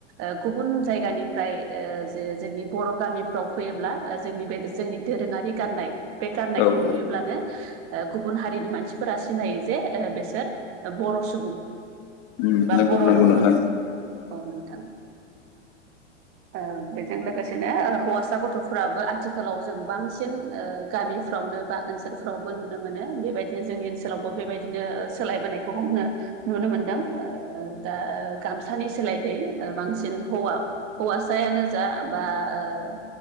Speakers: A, on the right; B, on the left.
A: ओ गुबुन जायगनिफ्राय ओ जोंनि बर' गामिफ्राव फैयोब्ला जोंनि बे जोंनि दोरोङारि गाननाय बे गाननायखौ
B: औ औ
A: नुयोब्लानो ओ गुबुन हारिनि मानसिफोरा सिनायो जे ओ बिसोर बर' सुबुं
B: उम
A: बा
B: नंगौ
A: बर'
B: नंगौ
A: न'खर
B: नोंथां
A: औ नोंथां औ जों लोगोसेनो हौवासा गथ'फ्राबो आथिखालाव जों बांसिन ओ गामिफ्रावनो बा ओनसोल ओइफ्रावबो नुनो मोनो बेबायदिनो जोंनि ओनसोलावबो बेबायदिनो सोलायबोनायखौ हमनो नुनो मोनदों ओ दा गामसानि सोलाय होइ बांसिन होवा हौवासायानो जा बा ओ